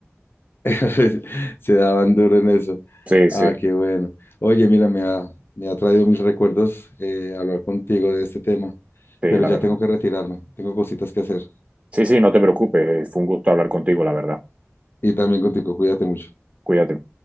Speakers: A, on the left; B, on the right.
A: <laughs> Se daban duro en eso.
B: Sí, sí,
A: Ah, qué bueno. Oye, mira, me ha, me ha traído mis recuerdos eh, hablar contigo de este tema,
B: sí,
A: pero
B: la
A: ya
B: verdad.
A: tengo que retirarme, tengo cositas que hacer.
B: Sí, sí, no te preocupes, eh, fue un gusto hablar contigo, la verdad.
A: Y también contigo, cuídate mucho.
B: Cuídate.